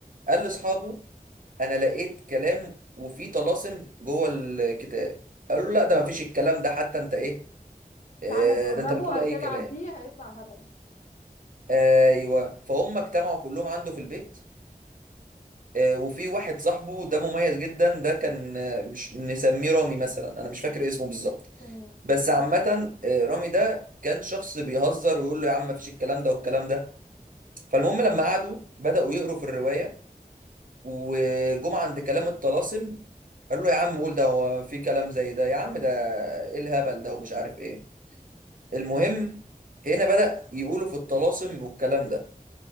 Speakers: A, on the right; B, on the left.
A: قال لاصحابه انا لقيت كلام وفيه طلاسم جوه الكتاب قالوا له لا ده ما فيش الكلام ده حتى انت ايه آه
B: تعالى جربه
A: ده انت بتقول اي
B: هتلعب
A: كلام
B: بيه هيطلع هبل
A: ايوه فهم اجتمعوا كلهم عنده في البيت آه وفي واحد صاحبه ده مميز جدا ده كان آه، مش نسميه رامي مثلا انا مش فاكر اسمه بالظبط
B: تمام
A: بس عامة آه، رامي ده كان شخص بيهزر ويقول له يا عم ما فيش الكلام ده والكلام ده فالمهم لما قعدوا بدأوا يقروا في الرواية وجم عند كلام الطلاسم قالوا له يا عم قول ده هو في كلام زي ده يا عم ده ايه الهبل ده ومش عارف ايه المهم هنا بدأ يقولوا في الطلاسم والكلام ده